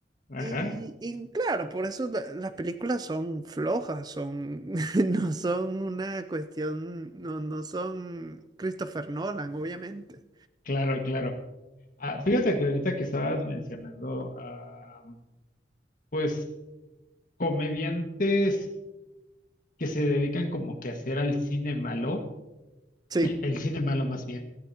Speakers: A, on the left; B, on the right.
A: Ajá,
B: Y, y claro, por eso la- las películas son flojas, son, <laughs> no son una cuestión, no, no son Christopher Nolan, obviamente.
A: claro, claro. Ah, fíjate que ahorita que estabas mencionando, ah, pues comediantes que se dedican como que a hacer al cine malo,
B: Sí.
A: el, el cine malo más bien,